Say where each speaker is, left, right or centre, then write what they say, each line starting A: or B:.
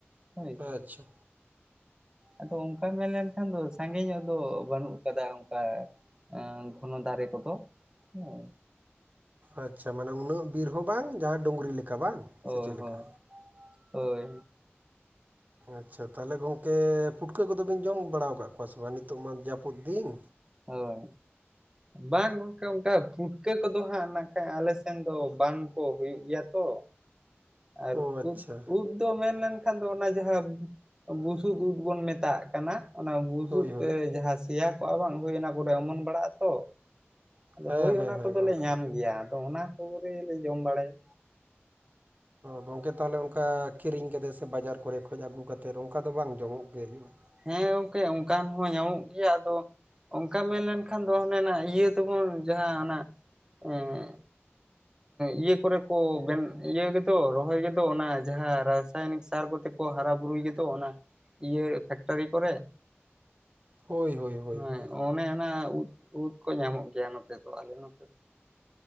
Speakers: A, on the right (about 15°); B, on the right (about 40°).
A: ᱦᱳᱭ ᱦᱮᱸ
B: ᱟᱪᱪᱷᱟ
A: ᱟᱫᱚ ᱚᱱᱠᱟ ᱢᱮᱱᱞᱮᱱᱠᱷᱟᱱ ᱫᱚ ᱥᱟᱸᱜᱮ ᱧᱚᱜ ᱫᱚ ᱵᱟᱹᱱᱩᱜ ᱠᱟᱫᱟ ᱚᱱᱠᱟ ᱟᱝ ᱜᱷᱚᱱᱚ ᱫᱟᱨᱮ ᱠᱚᱫᱚ ᱦᱮᱸ
B: ᱟᱪᱪᱷᱟ ᱢᱟᱱᱮ ᱩᱱᱟᱹᱜ ᱵᱤᱨ ᱦᱚᱸ ᱵᱟᱝ ᱡᱟᱦᱟᱸ ᱰᱩᱝᱨᱤ ᱞᱮᱠᱟ ᱵᱟᱝ
A: ᱦᱳᱭ
B: ᱥᱮ ᱪᱮᱫ ᱞᱮᱠᱟ
A: ᱦᱳᱭ ᱦᱳᱭ
B: ᱟᱪᱪᱷᱟ ᱛᱟᱦᱚᱞᱮ ᱜᱚᱝᱠᱮ ᱯᱩᱴᱠᱟᱹ ᱠᱚᱫᱚᱵᱤᱱ ᱡᱚᱢ ᱵᱟᱲᱟᱣ ᱟᱠᱟᱫ ᱠᱚᱣᱟ ᱥᱮ ᱵᱟᱝ ᱱᱤᱛᱚᱜ ᱢᱟ ᱡᱟᱹᱯᱩᱫ ᱫᱤᱱ
A: ᱦᱳᱭ ᱵᱟᱝ ᱜᱚᱝᱠᱮ ᱚᱱᱠᱟ ᱯᱷᱩᱴᱠᱟᱹ ᱠᱚᱫᱚ ᱦᱟᱸᱜ ᱱᱟᱠᱷᱟᱡ ᱟᱞᱮ ᱥᱮᱱ ᱫᱚ ᱵᱟᱝ ᱠᱚ ᱦᱩᱭᱩᱜ ᱜᱮᱭᱟ ᱛᱚ ᱟᱨ
B: ᱚ ᱟᱪᱪᱷᱟ
A: ᱩᱫ ᱩᱫ ᱫᱚ ᱢᱮᱱᱞᱮᱱᱠᱷᱟᱱ ᱫᱚ ᱚᱱᱟ ᱡᱟᱦᱟᱸ ᱵᱩᱥᱩᱵ ᱩᱫ ᱵᱚᱱ ᱢᱮᱛᱟᱜ ᱠᱟᱱᱟ ᱚᱱᱟ ᱵᱩᱥᱩᱵ
B: ᱦᱳᱭ ᱦᱳᱭ
A: ᱛᱮ ᱡᱟᱦᱟᱸ ᱥᱮᱭᱟ ᱠᱚᱜᱼᱟ ᱵᱟᱝ ᱦᱚᱭᱚᱱᱟ ᱠᱚᱨᱮ ᱚᱢᱚᱱ ᱵᱟᱲᱟᱜ ᱟᱛᱚ ᱟᱫᱚ
B: ᱦᱮᱸ
A: ᱦᱳᱭ
B: ᱦᱮᱸ
A: ᱚᱱᱟ
B: ᱦᱮᱸ
A: ᱠᱚᱫᱚᱞᱮ
B: ᱜᱚᱝᱠᱮ
A: ᱧᱟᱢ ᱜᱮᱭᱟ ᱟᱫᱚ ᱚᱱᱟ ᱠᱚᱜᱮᱞᱮ ᱡᱚᱢ ᱵᱟᱲᱟᱭᱟ
B: ᱜᱚᱝᱠᱮ ᱛᱟᱦᱞᱮ ᱚᱱᱠᱟ ᱠᱤᱨᱤᱧ ᱠᱟᱛᱮ ᱥᱮ ᱵᱟᱡᱟᱨ ᱠᱚᱨᱮ ᱠᱷᱚᱱ ᱟᱹᱜᱩ ᱠᱟᱛᱮᱫ ᱚᱱᱠᱟ ᱫᱚ ᱵᱟᱝ ᱡᱚᱢᱚᱜ ᱜᱮ ᱦᱩᱭᱩᱜᱼᱟ
A: ᱦᱮᱸ ᱜᱚᱝᱠᱮ ᱚᱱᱠᱟᱱ ᱦᱚᱸ ᱧᱟᱢᱚᱜ ᱜᱮᱭᱟ ᱟᱫᱚ ᱚᱱᱠᱟ ᱢᱮᱱᱞᱮᱱᱠᱷᱟᱱ ᱫᱚ ᱚᱱᱮᱱᱟᱜ ᱤᱭᱟᱹ ᱛᱮᱵᱚᱱ ᱡᱟᱦᱟᱸ ᱚᱱᱟ ᱮᱜ ᱤᱭᱟᱹ ᱠᱚᱨᱮ ᱠᱚ ᱵᱮ ᱤᱭᱟᱹ ᱜᱮᱫᱚ ᱨᱚᱦᱚᱭ ᱜᱮᱫᱚ ᱚᱱᱟ ᱡᱟᱦᱟᱸ ᱨᱟᱥᱟᱭᱚᱱᱤᱠ ᱥᱟᱨ ᱠᱚᱛᱮ ᱠᱚ ᱦᱟᱨᱟ ᱵᱩᱨᱩᱭ ᱜᱮᱛᱚ ᱚᱱᱟ ᱤᱭᱟᱹ ᱯᱷᱮᱠᱴᱟᱨᱤ ᱠᱚᱨᱮ
B: ᱦᱳᱭ ᱦᱳᱭ ᱦᱳᱭ
A: ᱦᱮᱸ
B: ᱦᱳᱭ
A: ᱚᱱᱮ ᱚᱱᱟ ᱩᱫ ᱩᱫ ᱠᱚ ᱧᱟᱢᱚᱜ ᱜᱮᱭᱟ ᱱᱚᱛᱮ ᱫᱚ ᱟᱞᱮ ᱱᱚᱛᱮ ᱫᱚ